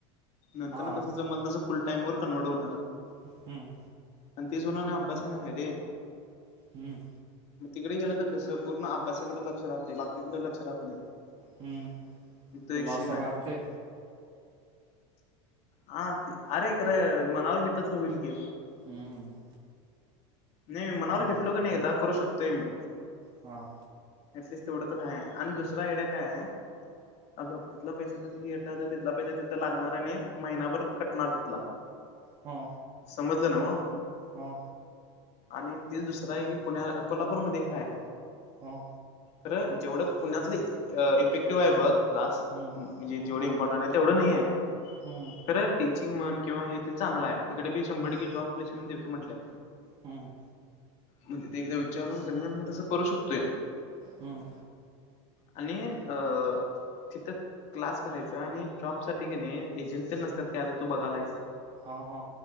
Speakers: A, on the left; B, on the right.
A: नंतरनं
B: हां
A: कसं जमल तसं फुल टाइमवर कन्व्हर्ट होणार.
B: हम्म.
A: आणि ते सोडून अभ्यास अणि हाय रे.
B: हम्म.
A: मग तिकडे गेलं तर कसं पूर्ण अभ्यासाकडे लक्ष राहतंय बाकी कुठे लक्ष राहत नाही.
B: हम्म.
A: तो एक
B: तुला
A: सीन
B: असं
A: आहे.
B: वाटते
A: हा ते अरे खरं मनावर घेतलं तर होईल की.
B: हम्म हम्म.
A: नाही मनावर
B: मग
A: घेतलो की नाही एकदा करू शकतोय मी.
B: हां
A: ऍटलीस्ट तेवढं तर हाय आणि दुसरा आयड्या काय आहे अ बघ तिथला पैसा जरी घेतला, तर तिथला पैसा तिथं लागणार आणि महिनाभर कटणार तिथला.
B: हा.
A: समजल न्हवं?
B: हा.
A: आणि तेच दुसरं आहे की पुण्या कोल्हापूरमध्ये एक हाय.
B: हा.
A: खरं जेवढं पुण्यातलं अ इफेक्टिव्ह आहे बघ क्लास
B: हम्म,
A: म्हणजे
B: हम्म,
A: जेवढं इम्पॉर्टंट आहेत. तेवढं नाहीये.
B: हम्म,
A: खरं टिचींग म्हण किंवा हे ते चांगलं आहे. तिकडे बी शंभर
B: हम्म,
A: टक्के जॉब प्लेसमेंट देतो म्हंटल्यात.
B: हम्म.
A: म्हणजे ते एकदा विचारून कनई मग तसं करू शकतोय.
B: हम्म.
A: आणि अ तिथं क्लास करायचा आणि जॉबसाठी कनई एजंट तेन नसत्यात काय आता तू बघायलायस
B: हा हा.